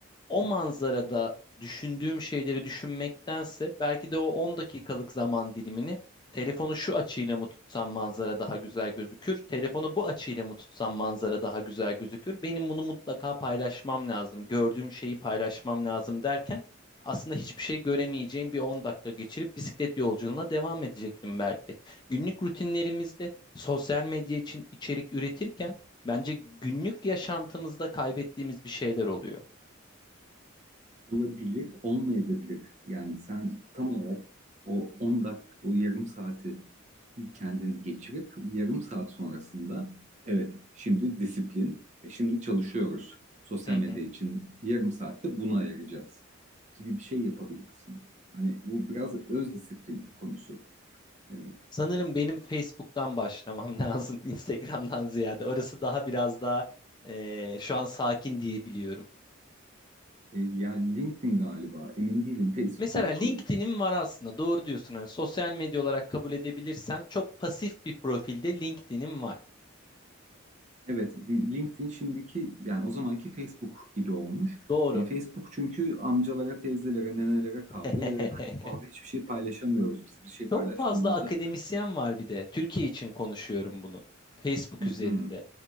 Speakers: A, on the left; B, on the right.
A: o manzarada düşündüğüm şeyleri düşünmektense belki de o 10 dakikalık zaman dilimini telefonu şu açıyla mı tutsam manzara daha güzel gözükür, telefonu bu açıyla mı tutsam manzara daha güzel gözükür, benim bunu mutlaka paylaşmam lazım, gördüğüm şeyi paylaşmam lazım derken aslında hiçbir şey göremeyeceğim bir 10 dakika geçirip bisiklet yolculuğuna devam edecektim belki. Günlük rutinlerimizde sosyal medya için içerik üretirken Bence günlük yaşantımızda kaybettiğimiz bir şeyler oluyor.
B: Olabilir, olmayabilir. Yani sen tam olarak o 10 dakika, o yarım saati kendin geçirip yarım saat sonrasında evet şimdi disiplin, e, şimdi çalışıyoruz. Sosyal
A: Hı
B: medya
A: hı.
B: için yarım saatte bunu ayıracağız gibi bir şey yapabilirsin. Hani bu biraz öz disiplin konusu. Ee,
A: Sanırım benim Facebook'tan başlamam <laughs> lazım, Instagram'dan ziyade. Orası daha biraz daha eee, şu an sakin diye biliyorum.
B: e, yani LinkedIn galiba, emin değilim. Facebook
A: Mesela LinkedIn'in var aslında doğru diyorsun. Hani sosyal medya olarak kabul edebilirsen çok pasif bir profilde LinkedIn'in var.
B: Evet, bir LinkedIn şimdiki yani o zamanki Facebook gibi olmuş.
A: Doğru.
B: E, Facebook çünkü amcalara, teyzelere, nenelere kaldı
A: <laughs>
B: ve hani orada hiçbir şey paylaşamıyoruz biz. Bir şey
A: Çok
B: paylaştığımızda
A: fazla akademisyen var bir de. Türkiye için konuşuyorum bunu. Facebook
B: hı
A: üzerinde.
B: hı